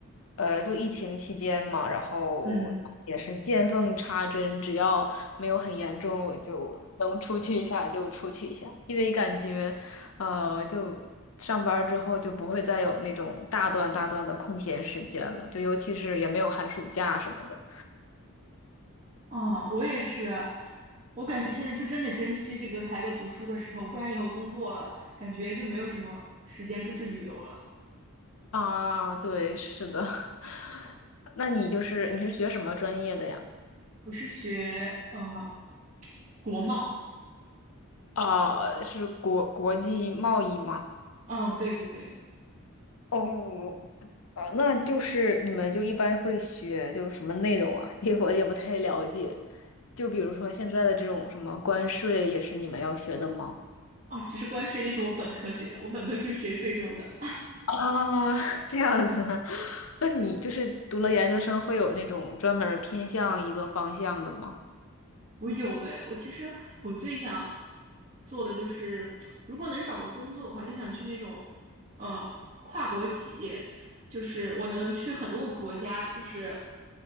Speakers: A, on the left; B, on the right.
A: 呃，就疫情期间嘛，然后也是见缝插针，
B: 嗯，
A: 只要没有很严重，我就能出去一下就出去一下，因为感觉，呃，就上班儿之后就不会再有那种大段大段的空闲时间了，就尤其是也没有寒暑假什么的。
B: 哦，我也是，我感觉现在就真的珍惜这个还在读书的时候，不然以后工作了，感觉就没有什么时间出去旅游了。
A: 啊，对，是的。<laughs> 那你就是你是学什么专业的呀？
B: 我是学呃国贸，
A: 啊，是国国际贸易吗？
B: 啊，对对对，
A: 哦，呃，那就是你们就一般会学就是什么内容啊？<laughs> 因为我也不太了解。就比如说现在的这种什么关税，也是你们要学的吗？
B: 啊，其实关税那是我本科学的，我本科是学税收的。
A: 啊，<laughs> 这样子，<laughs> 那你就是读了研究生，会有那种专门儿偏向一个方向的吗？
B: 我有诶，我其实我最想做的就是，如果能找个工作的话，就想去那种呃跨国企业，就是我能去很多个国家，就是